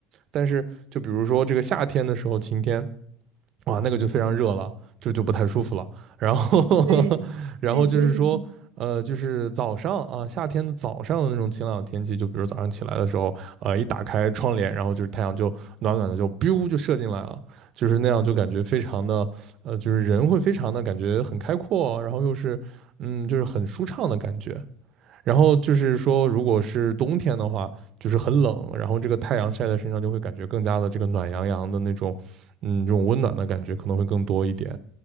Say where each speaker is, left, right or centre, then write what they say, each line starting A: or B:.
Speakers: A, on the right (about 55°); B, on the right (about 80°).
A: 但是就比如说这个夏天的时候晴天，哇，那个就非常热了，就就不太舒服了。然后，
B: 对，
A: <laughs> 然后就是说，
B: 对对对，
A: 呃，就是早上啊，夏天的早上的那种晴朗的天气，就比如早上起来的时候，呃，一打开窗帘，然后就是太阳就暖暖的就 biu 就射进来了，就是那样就感觉非常的，呃，就是人会非常的感觉很开阔哦，然后又是，嗯，就是很舒畅的感觉。然后就是说，如果是冬天的话，就是很冷，然后这个太阳晒在身上就会感觉更加的这个暖洋洋的那种，嗯，这种温暖的感觉可能会更多一点。